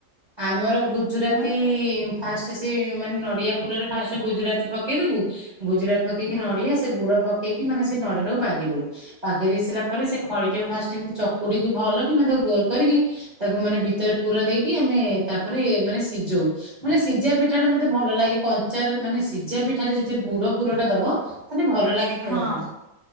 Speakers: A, on the right; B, on the left.
A: ଆମର ଗୁଜୁରାତି-
B: ହଁ ସେ
A: ଫାଷ୍ଟ ସେ ମାନେ ନଡିଆ ପୁରରେ ଫାଷ୍ଟ ଗୁଜୁରାତି ପକେଇଦବୁ। ଗୁଜୁରାଟ ପକେଇକି
B: ହଁ।
A: ନଡିଆ ସେ ଗୁଡ ପକେଇକି ମାନେ ସେ ନଡିଆ ଟାକୁ ପାଗି ଦଉ। ପାଗେଇ ଦେଇ ସାରା ପରେ ସେ ଖଳି ଟାକୁ ଫାଷ୍ଟ ଏମତି ଚକୁଡିକୁ ଭଲ କି ତାକୁ ଗୋଲ କରିକି ତାକୁ ମାନେ ଭିତରେ ପୁର ଦେଇକି ଆମେ ତାପରେ ମାନେ ସିଜଉ। ମାନେ ସିଝା ପିଠା ଟା ମତେ ଭଲ ଲାଗେ। କଞ୍ଚାର ମାନେ ସିଝା ପିଠାରେ ଯଦି ଗୁଡ ପୁର ଟା ଦବ- ମାନେ ଭଲ ଲାଗେ। ଖାଇବା
B: ହଁ
A: ପାଇଁ